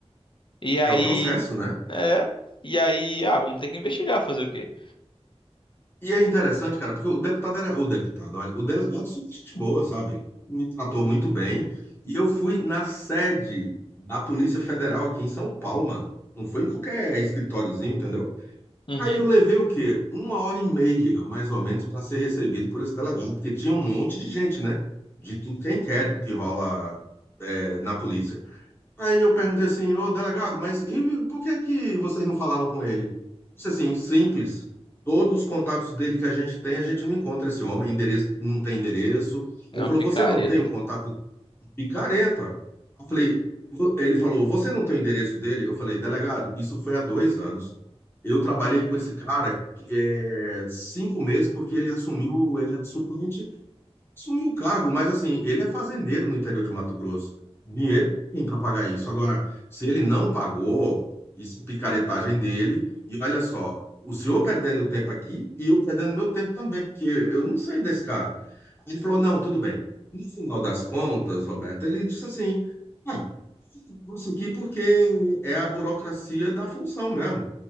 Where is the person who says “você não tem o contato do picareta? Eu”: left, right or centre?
Left